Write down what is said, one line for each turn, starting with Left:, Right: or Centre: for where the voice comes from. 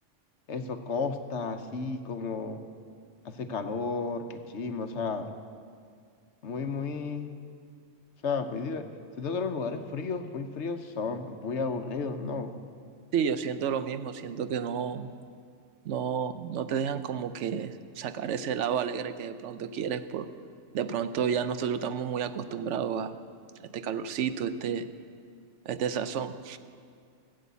Left: eso, costa, así, como hace calor, qué chimba, o sea, muy, muy, o sea, muy divertido. Siento que los lugares fríos, muy fríos, son muy aburridos, ¿no?
Right: Sí, yo siento lo mismo, siento que no, no, no te dejan como que sacar ese lado alegre que de pronto quieres, por, de pronto ya nosotros estamos muy acostumbrados a este calorcito, este, este sazón.